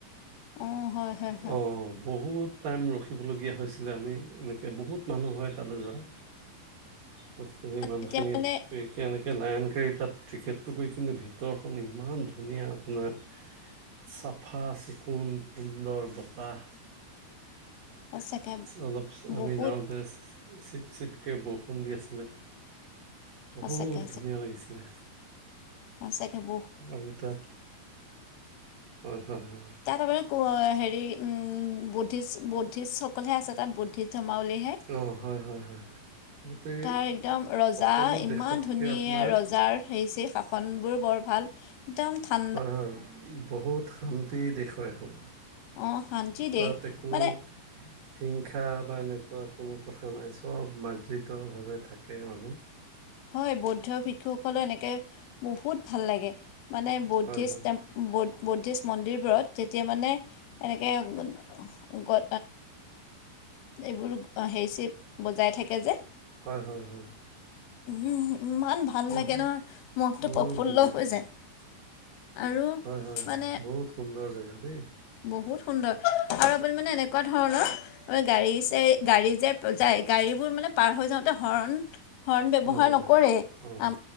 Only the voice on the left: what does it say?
অ, হয়। হয় হয়
তেতিয়া মানে
সঁচাকৈ
বহুত
সঁচাকৈ
সঁচাকে ব
তাত আপোনাৰ পু, য়া, হেৰি উম, বুদ্ধিষ্ট, বুদ্ধিষ্টসকলহে আছে তাত বুদ্ধিষ্ট ধৰ্মাৱলীহে।
তাৰ, একদম ৰজা
ইমান
ধুনীয়া
ৰজাৰ হেই-চেই কা ফন, বোৰ বৰ ভাল। একদম থা
অঁ শান্তি
দেশ
মানে
হয়, বৌদ্ধ শিক্ষুসকলৰ এনেকে বহুত ভাল লাগে, মানে বৌদ্ধিচ
ম ব, বুদ্ধিষ্ট মন্দিৰবোৰত যেতিয়া মানে এনেকৈ গ, এইবোৰ হেৰি-চেৰি বজাই থাকে যে।
উম, ইমান ভাল
লাগে ন, মনটো
প্ৰফুল্ল
হৈ
যায়। আৰু,
মানে
বহুত সুন্দৰ, আৰু আপুনি মানে এনেকুৱা ধৰণৰ গাড়ী, চাহ, গাড়ী যে যায় গাড়ীবোৰ মানে পাৰ হৈ যাওঁতে হৰ্ণ হৰ্ণ, ব্যৱহাৰ
নকৰে,
আ,